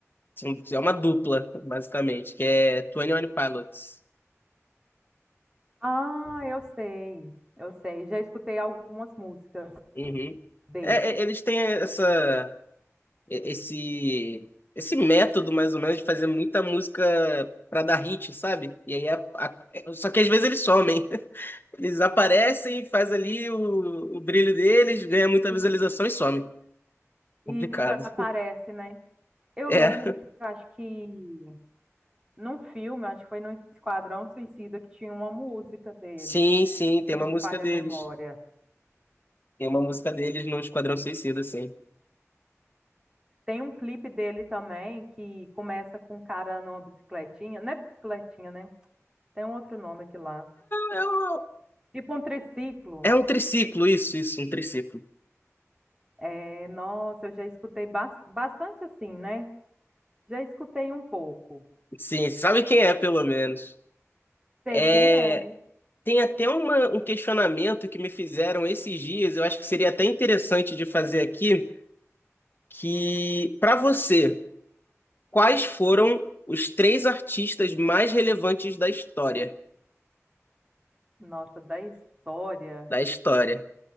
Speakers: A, on the left (about 40°); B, on the right (about 15°).
A: São- É uma dupla, basicamente, que é Twenty One Pilots.
B: Ah, eu sei, eu sei. Já escutei algumas músicas.
A: Uhum.
B: deles.
A: É, é, eles têm essa, e- esse, esse método, mais ou menos, de fazer muita música pra dar hit, sabe? E aí a- a- é- só que às vezes eles somem. <laughs> Eles aparecem, faz ali o, o brilho deles, ganha muita
B: E,
A: visualização e some.
B: e
A: Complicado.
B: desaparece,
A: <laughs>
B: né? Eu
A: É.
B: lembro que eu acho que num filme, acho que foi num Esquadrão Suicida que tinha uma música deles,
A: Sim, sim,
B: se
A: tem
B: não
A: uma
B: me
A: música
B: falha
A: deles.
B: a memória.
A: Tem uma música deles no Esquadrão Suicida, sim.
B: Tem um clipe dele também que começa com um cara numa bicicletinha, não é bicicletinha, né? Tem um outro nome aqui lá.
A: É um,
B: Tipo um triciclo.
A: é um triciclo, isso, isso, um triciclo.
B: É, nossa, eu já escutei bas- bastante assim, né? Já escutei um pouco.
A: Sim, sabe quem é, pelo menos.
B: Sei
A: É.
B: quem é.
A: Tem até uma- um questionamento que me fizeram esses dias, eu acho que seria até interessante de fazer aqui, que para você, quais foram os três artistas mais relevantes da história?
B: Nossa, da história.
A: Da história.